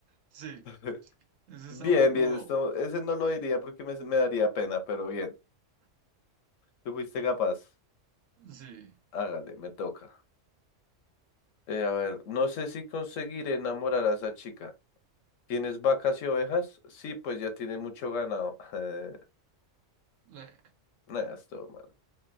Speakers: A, on the right; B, on the left.
A: sí.
B: <laughs>
A: Ese
B: Bien,
A: está un poco...
B: bien,
A: bobo.
B: esto, ese no lo diría porque me, me daría pena, pero bien. Tú fuiste capaz.
A: Sí.
B: Hágale, me toca. Eh, a ver, no sé si conseguiré enamorar a esa chica. ¿Tienes vacas y ovejas? Sí, pues ya tiene mucho ganado. <laughs> Eh,
A: Nah,
B: Nada, es todo malo.